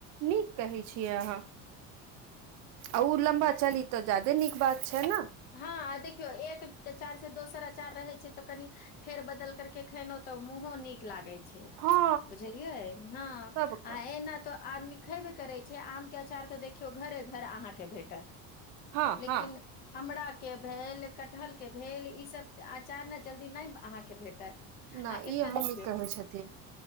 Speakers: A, on the right (about 50°); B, on the left (about 30°).
A: नीक कहै छियै अहाँ ओ लम्बा चली तऽ ज्यादे नीक बात छै ने
B: हँ देखियौ एक आचार सऽ दोसर आचार रहै छै तऽ कनि फेर बदल कर के खेलहु तऽ मुंहों नीक लागे छै
A: हँ
B: बुझलियै हँ
A: सबके
B: आ एना तो आदमी खेबे करै छिय आम के अँचार तऽ देखियौ घरे घर अहाँके भेटत
A: हँ
B: लेकिन
A: हँ
B: आमराके भेल कटहरके भेल ईसभ अँचार नऽ जल्दी नहि अहाँके भेटत
A: नहि
B: आ एकटा
A: ई अहाँ
B: देखियौ
A: नीक कहै छथिन